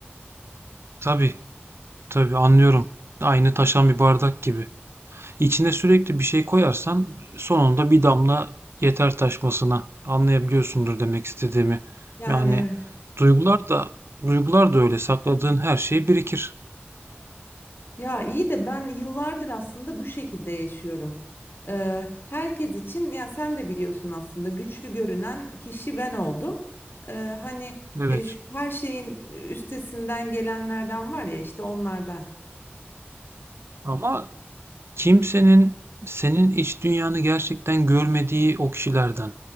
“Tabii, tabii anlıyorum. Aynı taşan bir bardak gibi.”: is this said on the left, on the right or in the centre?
Right